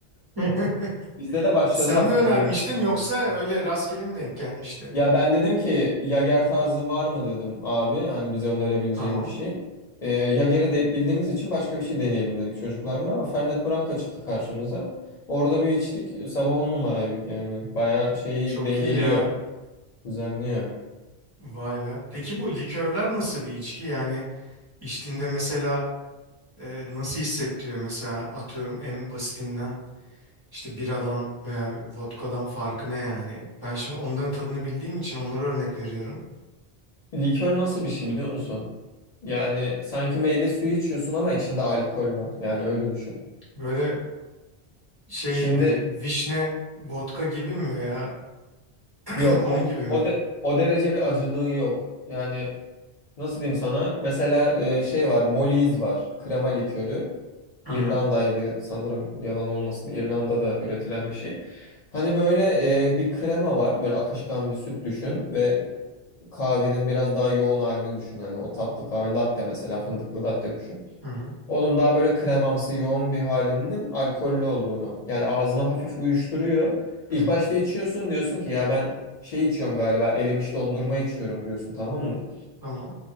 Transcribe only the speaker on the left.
Bizde de başladı
hafif
böyle muhabbet.
falan.
Ya ben dedim ki Yager tarzı var mı dedim abi. Hani bize önerebileceğim
bir şey. Ee, Yager'i de hep bildiğimiz için başka bir şey deneyelim dedik çocuklarla. Fernet Branca çıktı karşımıza. Orada bir içtik. Sabah on numaraydık yani. Bayağı şeyi
dengeliyor.
Düzenliyor.
Likör nasıl bir şey biliyor musun? Yani sanki meyve suyu içiyorsun ama içinde alkol var. Yani öyle düşün.
Şimdi
Yok
o
o,
de, o derece bir acılığı yok. Yani Nasıl diyeyim sana? Mesela e, şey var, Molly's var. Krema likörü.
İrlanda'ydı sanırım yalan olmasın. İrlanda'da üretilen bir şey. Hani böyle e, bir krema var. Böyle akışkan bir süt düşün ve kahvenin biraz daha yoğun halini düşün. Hani o tatlı kahve latte mesela fındıklı latte düşün.
Onun daha böyle kremamsı yoğun bir halinin alkollü olduğunu. Yani ağzına hafif uyuşturuyor. İlk
başta içiyorsun diyorsun ki ya ben şey içiyorum galiba erimiş dondurma içiyorum diyorsun tamam mı?